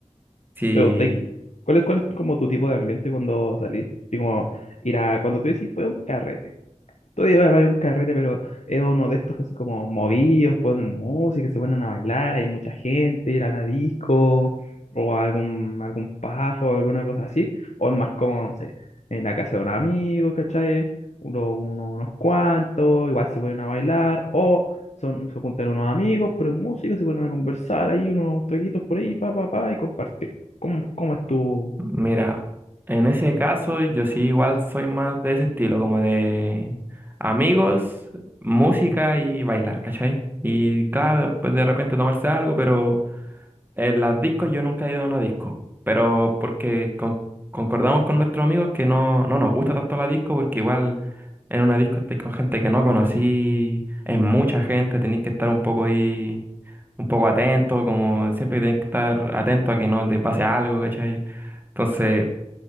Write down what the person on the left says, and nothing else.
Pero te- ¿Cuál es, cuál es como tu tipo de ambiente cuando salís? Así como ir a, cuando tú decís, fue un carrete, Todavía vaya a un carrete, pero es uno de estos así como movidos, ponen música, se ponen a bailar, hay mucha gente, ir a la disco, o a algún, algún pub alguna cosa así, o es más como, no sé, en la casa de un amigo, ¿cachai? Uno- uno- unos cuantos, igual se ponen a bailar, o son, se juntan unos amigos, ponen música, se ponen a conversar, ahí unos traguitos por ahí, pa, pa, pa, y compartir. ¿Cómo, cómo es tu...?